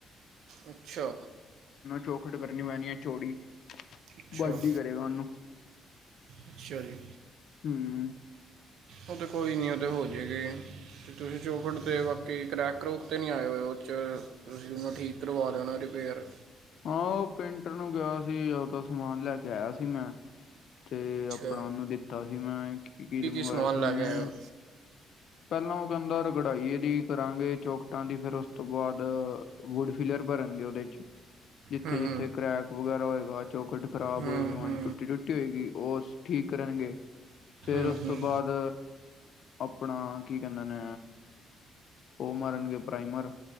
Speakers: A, on the right; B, on the left.
A: ਅੱਛਾ।
B: ਚੋਖਟ ਕਰਨੀ ਪੈਣੀ ਹੈ ਚੋੜੀ
A: ਅੱਛਾ
B: ਵੱਡ ਹੀ ਕਰੇਗਾ ਉਹਨੂੰ।
A: ਅੱਛਾ ਜੀ
B: ਹੂੰ।
A: ਉਹ ਤੇ ਕੋਈ ਨੀ ਉਹਦੇ ਹੋ ਜਾਗੇ। ਅਤੇ ਤੁਸੀਂ ਚੌਖੜ 'ਤੇ ਬਾਕੀ ਕਰੈਕ ਕਰੂਕ 'ਤੇ ਨਹੀਂ ਆਏ ਹੋਏ, ਉਹ 'ਚ ਤੁਸੀਂ ਤੁਹਨੂੰ ਠੀਕ ਕਰਵਾ ਲੈਣਾ ਫੇਰ।
B: ਹਾਂ ਉਹ ਪੇਂਟਰ ਨੂੰ ਕਿਹਾ ਸੀ, ਉਹਦਾ ਸਮਾਨ ਲੈ ਕੇ ਆਇਆ ਸੀ ਮੈਂ। ਤੇ
A: ਅੱਛਾ
B: ਆਪਣਾ ਉਹਨੂੰ ਦਿੱਤਾ ਸੀ ਮੈਂ ਕੀ ਕੀਲ ਮੰਗਇਆ
A: ਸਮਾਨ
B: ਸੀ,
A: ਲੈ
B: ਉਹਨੇ।
A: ਕੇ ਆਏ ਹੋ
B: ਪਹਿਲਾਂ ਉਹ ਕਹਿੰਦਾ ਰਗੜਾਈਏ ਦੀ ਕਰਾਂਗੇ, ਚੌਕਟਾਂ ਦੀ ਫੇਰ ਉਸ ਤੋਂ ਬਾਅਦ ਵੁੱਡ ਫੀਲੀਅਰ ਕਰਨਗੇ, ਉਹਦੇ ਚ ਜਿੱਥੇ-ਜਿੱਥੇ
A: ਹੂੰ
B: ਕਰੈਕ ਵਗੈਰਾ ਹੋਏ। ਚੌਕਟ ਖਰਾਬ
A: ਹੂੰ
B: ਹੋਏਗੀ, ਮਾੜੀ
A: ਹੂੰ ਹੂੰ
B: ਟੁੱਟੀ-ਟੁੱਟੀ ਹੋਏਗੀ ਉਹ ਠੀਕ ਕਰਨਗੇ। ਫੇਰ
A: ਹੂੰ
B: ਉਸ
A: ਹੂੰ
B: ਤੋਂ ਬਾਅਦ ਆਪਣਾ ਕੀ ਕਹਿੰਦੇ ਨੇ, ਉਹ ਮਰਨਗੇ ਪ੍ਰਾਈਮਰ